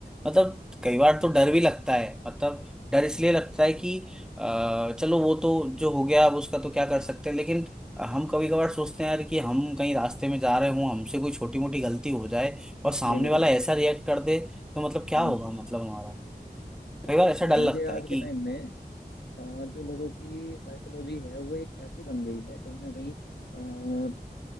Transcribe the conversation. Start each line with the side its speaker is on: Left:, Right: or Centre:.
Centre: मतलब कई बार तो डर भी लगता है मतलब डर इसलिए लगता है कि अ, चलो वो तो जो हो गया अब उसका तो क्या कर सकते हैं लेकिन हम कभी कभार सोचते हैं यार कि हम कहीं रास्ते में जा रहे हों हमसे कोई छोटी मोटी गलती हो जाए और सामने
Left: बिल्कुल
Centre: वाला ऐसा रिएक्ट कर दे तो मतलब क्या
Left: हम्म
Centre: होगा मतलब हमारा कई
Left: एक्चुअली
Centre: बार ऐसा
Left: क्या
Centre: डर
Left: है ना
Centre: लगता
Left: कि
Centre: है
Left: आज
Centre: कि
Left: के टाइम में अ, जो लोगों की साइकोलॉजी है वो एक ऐसी बन गई है कहीं ना कहीं अ,